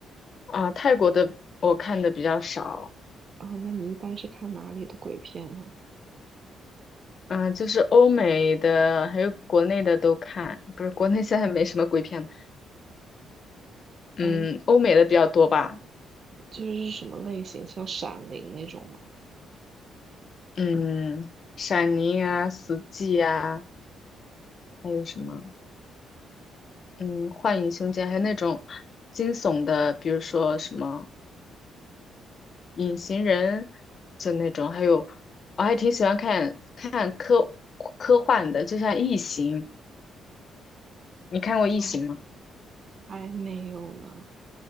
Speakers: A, on the left (about 50°); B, on the right (about 50°).
A: 啊，泰国的我看的比较少，
B: 啊，那你一般是看哪里的鬼片呢？
A: 嗯，就是欧美的还有国内的都看，不是国内现在没什么鬼片，嗯，
B: 哎，
A: 欧美的比较多吧，
B: 就是什么类型，像《闪灵》那种吗？
A: 嗯，闪灵啊，死寂啊，还有什么，嗯，幻影凶间，还有那种惊悚的，比如说什么。隐形人就那种，还有我还挺喜欢看看科科幻的，就像《异形》，你看过《异形》吗？
B: 啊，还没有呢，